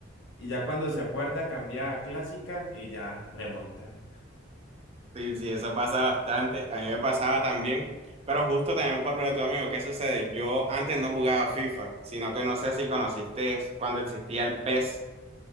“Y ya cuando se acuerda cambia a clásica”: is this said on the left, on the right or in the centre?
Left